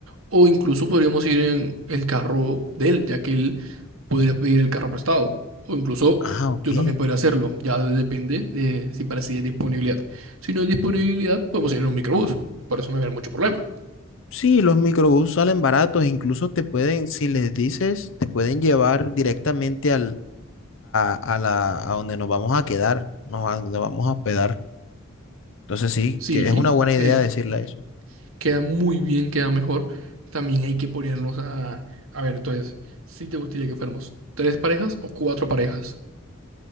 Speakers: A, on the right; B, on the left.
A: O incluso podríamos ir en el carro de él, ya que él podría pedir el carro prestado. O incluso
B: Ah, ok.
A: yo también podría hacerlo. Ya depende de si para sí hay disponibilidad. Si no hay disponibilidad, podemos ir en un microbús. Por eso no habrá mucho problema.
B: Sí, los microbús salen baratos, incluso te pueden, si les dices, te pueden llevar directamente a, a la, a donde nos vamos a quedar, nos, a donde vamos a hospedar. Entonces sí,
A: Sí,
B: que es una buena
A: es,
B: idea decirle eso.
A: queda muy bien, queda mejor. También hay que ponernos a... A ver, entonces, si te gustaría que fuéramos tres parejas o cuatro parejas?